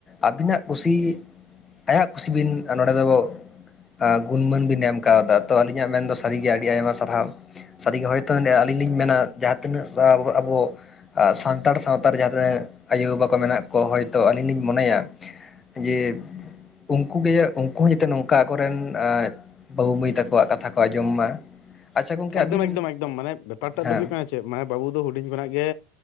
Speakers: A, on the left; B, on the left.
A: ᱟᱹᱵᱤᱱᱟᱜ ᱠᱩᱥᱤ ᱟᱭᱟᱜ ᱠᱩᱥᱤ ᱵᱤᱱ ᱱᱚᱸᱰᱮ ᱫᱚ ᱟ ᱜᱩᱱᱢᱟᱹᱱ ᱵᱤᱱ ᱮᱢ ᱠᱟᱣᱫᱟ ᱛᱚ ᱟᱞᱤᱧᱟᱜ ᱢᱮᱱ ᱫᱚ ᱥᱟᱹᱨᱤ ᱜᱮ ᱟᱹᱰ ᱥᱟᱨᱦᱟᱣ ᱥᱟᱹᱨᱤ ᱜᱮ ᱦᱚᱭᱛᱳ ᱟᱹᱞᱤᱧ ᱞᱤᱧ ᱢᱮᱱᱟ ᱡᱟᱦᱟᱸ ᱛᱤᱱᱟᱹᱜ ᱟᱵᱚ ᱥᱟᱱᱛᱟᱲ ᱥᱟᱶᱛᱟ ᱨᱮ ᱡᱟᱦᱟᱸ ᱛᱤᱱᱟᱹᱜ ᱟᱭᱳ ᱵᱟᱵᱟ ᱠᱚ ᱢᱮᱱᱟᱜ ᱠᱚ ᱦᱚᱭᱛᱚ ᱟᱹᱞᱤᱧ ᱞᱤᱧ ᱢᱚᱱᱮᱭᱟ ᱡᱮ ᱩᱱᱠᱩ ᱜᱤᱭᱟ. ᱩᱱᱠᱩ ᱦᱚᱸ ᱡᱟᱛᱮ ᱱᱚᱝᱠᱟ ᱟᱠᱚ ᱨᱮᱱ ᱵᱟᱹᱵᱩ ᱢᱟᱹᱭ ᱛᱟᱠᱚᱣᱟᱜ ᱠᱟᱛᱷᱟ ᱠᱚ ᱟᱸᱡᱚᱢ ᱢᱟ ᱟᱪᱪᱷᱟ ᱜᱚᱝᱠᱮ ᱟᱹᱵᱤᱱ
B: ᱮᱠᱫᱚᱢ ᱮᱠᱫᱚᱢ ᱮᱠᱫᱚᱢ ᱢᱟᱱᱮ ᱵᱮᱯᱟᱨᱴᱟ
A: ᱦᱮᱸ
B: ᱫᱚ ᱦᱩᱭᱩᱜ ᱠᱟᱱᱟ ᱪᱮᱜ ᱢᱟᱱᱮ ᱵᱟᱹᱵᱩ ᱫᱚ ᱦᱩᱰᱤᱧ ᱠᱷᱚᱱᱟᱜ ᱜᱮ